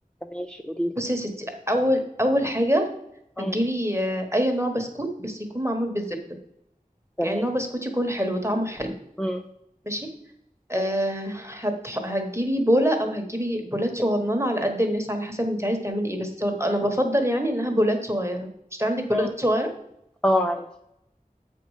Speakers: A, in the centre; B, on the right.
A: ماشي قوليلي
B: بصي يا ستي اول اول حاجه
A: مم.
B: هتجيبي آه، اي نوع بسكوت بس يكون معمول بالزبده
A: تمام
B: يعني ان هو بسكوت يكون حلو طعمه حلو
A: مم.
B: ماشي أه
A: تمام
B: هتح... هتجيبي بولة او هتجيبي بولات صغننة على قد الناس على حسب انت عايز تعملي ايه بس هو- انا بفضل يعني انها بولات صغيرة مش عندك بولات
A: مم.
B: صغيرة
A: أه عندي